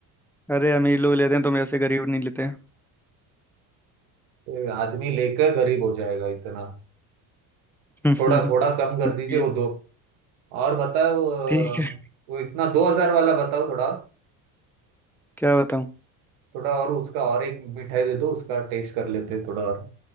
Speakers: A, in the centre; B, on the right.
A: अरे अमीर लोग लेते हैं तुम ऐसे गरीब नहीं लेते
B: ये आदमी लेकर गरीब हो जाएगा इतना
A: <laughs>
B: थोड़ा थोड़ा कम कर
A: बताइए।
B: दीजिए वो दो और बताओ अ,
A: ठीक है
B: वो इतना दो हजार वाला बताओ थोड़ा
A: क्या बताऊं
B: थोड़ा और उसका और एक मिठाई दे दो उसका टेस्ट कर लेते हैं थोड़ा और